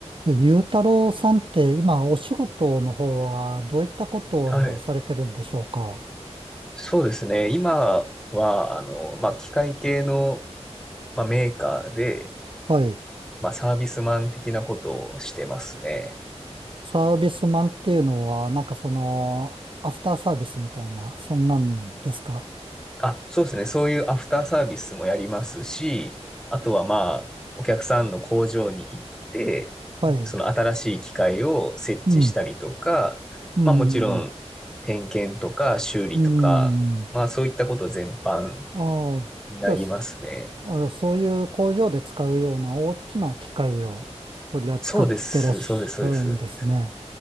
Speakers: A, on the right (about 50°); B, in the centre.
A: ゆうたろうさんって今お仕事の方はどういったことをされてるんでしょうか
B: はい。そうですね。今は、あの、まあ、機械系の、まあ、メーカーで、
A: はい。
B: まあ、サービスマン的なことをしてますね。
A: サービスマンっていうのはなんかそのアフターサービスみたいな、そんなんですか
B: あ、そうですね。そういうアフターサービスもやりますし、あとは、まあ、お客さんの工場に行って、
A: はい。
B: その新しい機械を設置したりとか、
A: うん。うん。
B: まあ、もちろん、点検とか修理とか、
A: うん。
B: まあ、そういったこと全般
A: ああ。
B: になりますね。
A: じゃあ、そあの、そういう工場で使うような大きな機械を取り扱ってらっしゃるんですね。
B: そうです。そうです。そうです。